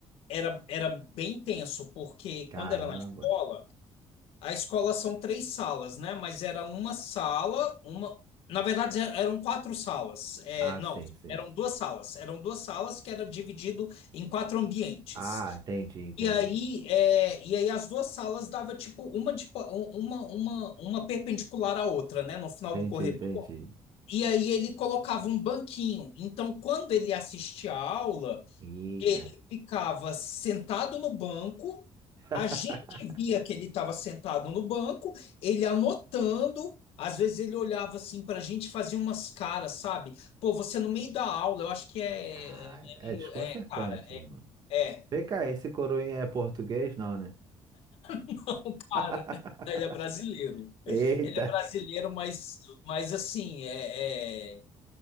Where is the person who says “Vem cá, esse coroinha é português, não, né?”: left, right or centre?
Right